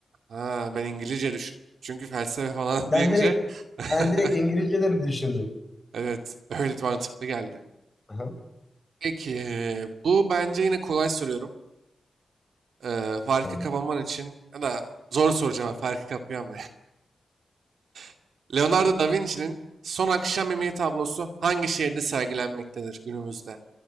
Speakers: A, on the right; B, on the left.
A: Ha ben İngilizce düşündüm. Çünkü felsefe falan
B: Sen
A: <laughs> deyince
B: direkt
A: <laughs>
B: sen direkt İngilizceleri düşündün.
A: evet öyle mantıklı geldi.
B: Aha,
A: Peki bu bence yine kolay soruyorum. Ee, farkı
B: tamam.
A: kapaman için ya da zor soracağım abi, farkı kapıyor ama. <laughs> Leonardo da Vinci'nin Son Akşam Yemeği tablosu hangi şehirde sergilenmektedir günümüzde?